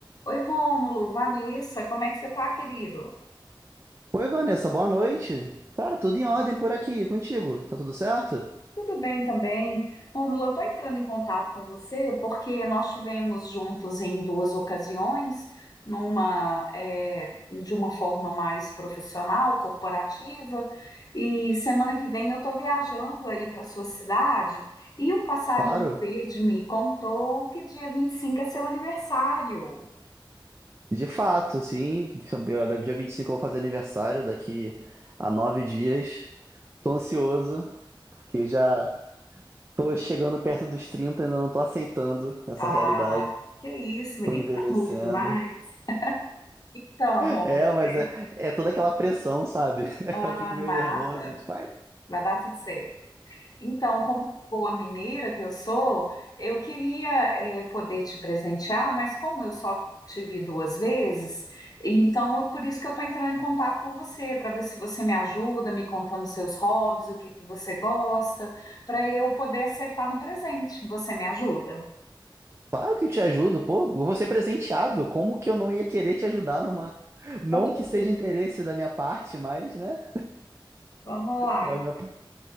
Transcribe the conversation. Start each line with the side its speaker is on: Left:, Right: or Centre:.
Left: Oi, Rômulo, Vanessa, como é que você tá, querido?
Right: Oi, Vanessa, boa noite. Cara, tudo em ordem por aqui, contigo? Tá tudo certo?
Left: Tudo bem também. Rômulo, eu tô entrando em contato com você porque nós tivemos juntos em duas ocasiões, numa, eh, de uma forma mais profissional, corporativa, e semana que vem eu tô viajando aí para sua cidade e um passarinho
Right: Claro.
Left: verde me contou que dia 25 é seu aniversário.
Right: De fato, sim. Eu, da- Dia 25 eu vou fazer aniversário, daqui a nove dias. Tô ansioso, porque já tô chegando perto dos trinta ainda não tô aceitando essa
Left: Ah,
Right: realidade.
Left: que isso, menino,
Right: Tô envelhecendo.
Left: tá novo demais. Então,
Right: É,
Left: Rômulo,
Right: mas
Left: é,
Right: é, é toda aquela pressão, sabe? <laughs>
Left: ah,
Right: Eu fico meio
Left: nada.
Right: nervoso, tipo, ai,
Left: Vai dar tudo certo. Então, como boa mineira que eu sou, eu queria eh, poder te presentear, mas como eu só te vi duas vezes, então é por isso que eu estou entrando em contato com você, para ver se você me ajuda, me contando os seus hobbies, o que que você gosta, para eu poder acertar no presente. Você me ajuda?
Right: Claro que te ajudo, pô, eu vou ser presenteado. Como que eu não ia querer te ajudar numa. Não
Left: conte
Right: que seja
Left: tudo.
Right: interesse da minha parte, mas, né?
Left: Vamos lá.
Right: Mas minha-